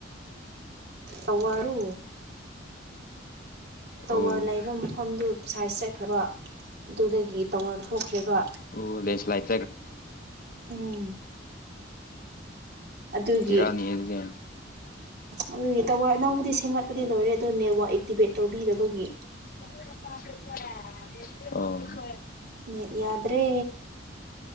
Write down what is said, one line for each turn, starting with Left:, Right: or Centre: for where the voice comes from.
Right: ꯇꯋꯥꯔꯗꯨ ꯇꯋꯥꯔ
Left: ꯑꯣ
Right: ꯂꯩꯕ ꯃꯐꯝꯗꯨ ꯁꯥꯏꯖ ꯆꯠꯈ꯭ꯔꯕ ꯑꯗꯨꯗꯒꯤ ꯇꯧꯋꯥꯔ ꯊꯣꯛꯈ꯭ꯔꯦꯕ
Left: ꯑꯣ ꯂꯦꯟꯁ꯭ꯂꯥꯏꯠ
Right: ꯎꯝ ꯑꯗꯨꯒꯤ
Left: ꯕꯦꯔꯥꯅꯤꯍꯦ ꯑꯗꯨꯗꯤ
Right: ꯑꯗꯨꯒꯤ ꯇꯋꯥꯔ ꯑꯅꯧꯕꯗꯤ ꯁꯦꯝꯒꯠꯄꯗꯤ ꯂꯣꯏꯔꯦ ꯑꯗꯨ ꯅꯦꯠꯋꯥꯛ ꯑꯦꯛꯇꯤꯚꯦꯠ ꯇꯧꯕꯤꯗꯕꯒꯤ
Left: ꯑꯣ
Right: ꯅꯦꯠ ꯌꯥꯗ꯭ꯔꯦ